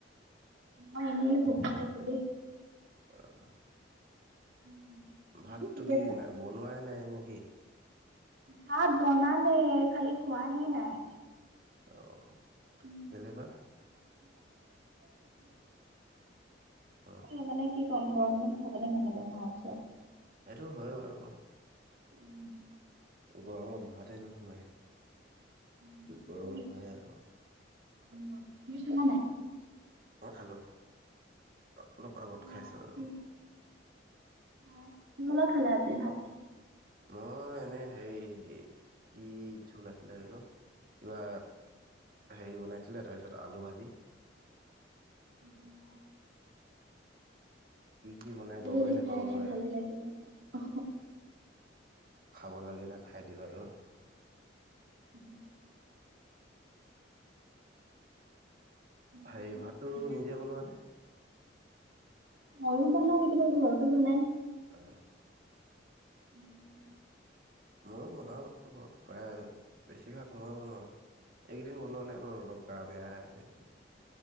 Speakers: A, on the right; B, on the right.
A: মই এনেই বহি আছোঁ দেই।
B: <inaudible>
A: উম, তুমি
B: ভাতটো
A: কৰি
B: কি
A: আছা?
B: বনোৱাই নাই নেকি?
A: ভাত বনালে, খালি খোৱাহে নাই।
B: অ।
A: উম
B: কেলে বা অ
A: <unintelligible> মানে কি কম গৰম দিন খাবলে মন নাযায় ভাত-চাত।
B: সেইটো হয় বাৰু।
A: <inaudible>
B: গৰমত ভাতে নোসোমায়। যিটো
A: উম,
B: গৰম
A: কি
B: হয় আৰু।
A: অ, তুমি খালা নাই?
B: মই খালো, অলপ আগত খাইছো
A: অ,
B: আৰু।
A: কি অ কিহৰ লগত খালা আজি ভাত?
B: মই এনে হেৰি কি ঝোল আছিলে জানো। কিবা হেৰি বনাইছিলে তাৰপিছত আলু ভাজি।
A: <unintelligible>
B: কি কি বনাই
A: আলু
B: গমেই
A: ভাজি
B: নোপাও
A: খাই এনেই
B: ময়।
A: ভালে লাগে। অ'।
B: খাব লাগে নে খাই দিওঁ আৰু।
A: <inaudible> বাকী
B: হেৰি ভাতটো
A: এতিয়া
B: নিজে বনোৱা নে?
A: মইো বনাওঁ কেতিয়াবা ঘৰতো বনাই।
B: অ।
A: <inaudible>
B: ময়ো বনাওঁ, ঘৰত প্ৰায় বেছিভাগ ময়ো বনাও। এইকদিন বনোৱা নাই বাৰু অলপ গা বেয়া আছে।